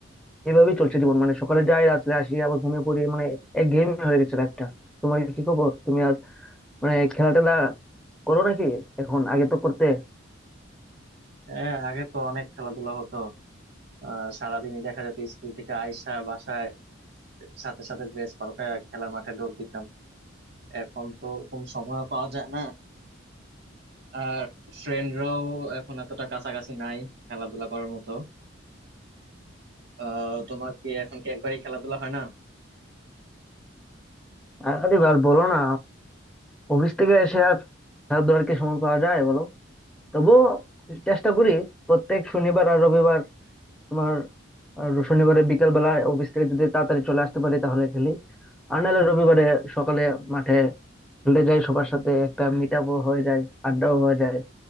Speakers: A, in the centre; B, on the right.
A: এভাবেই চলছে জীবন মানে সকালে যাই রাত্রে আসি আবার ঘুমিয়ে পড়ি মানে একঘেয়েমি হয়ে গেছে লাইফটা তোমার কি খবর তুমি আর মানে খেলা টেলা করো নাকি এখন আগে তো করতে
B: হ্যাঁ আগে তো অনেক খেলাধুলা হতো আহ সারাদিনই দেখা যেত স্কুল থেকে আইসা বাসায় সাথে সাথে ড্রেস পাল্টায় খেলার মাঠে দৌড় দিতাম এখন তো ওরকম সময় পাওয়া যায় না আর ফ্রেন্ডরাও এখন এতটা কাছাকাছি নাই খেলাধুলা করার মতো আহ তোমার কি এখন কি একবারই খেলাধুলা হয় না
A: আর- আরে আর বলো না অফিস থেকে এসে আর খেলাধুলার কি সময় পাওয়া যায় বলো তবুও চেষ্টা করি প্রত্যেক শনিবার আর রবিবার তোমার আহ, শনিবারে বিকাল বেলা অফিস থেকে যদি তাড়াতাড়ি চলে আসতে পারি তাহলে খেলি আর নাহলে রবিবারে সকালে মাঠে খেলতে যাই সবার সাথে একটা মিট আপও হয়ে যায় আড্ডাও হয়ে যায়